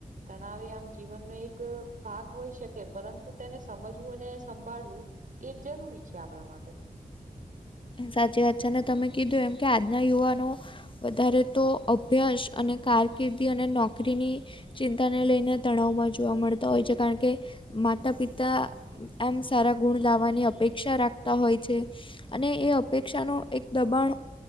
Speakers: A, on the right; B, on the left.
A: તણાવે આમ જીવનનો એક ભાગ હોય શકે પરંતુ તેને સમજવું અને સંભાળવું એ જરૂરી છે આપણા માટે.
B: સાચી વાત છે અને તમે કીધું એમ કે આજના યુવાનો વધારે તો અભ્યાસ અને કારકિર્દી અને નોકરીની ચિંતાને લઈને તણાવમાં જોવા મળતા હોય છે કારણ કે માતા પિતા આમ સારા ગુણ લાવવાની અપેક્ષા રાખતા હોય છે. અને એ અપેક્ષાનું એક દબાણ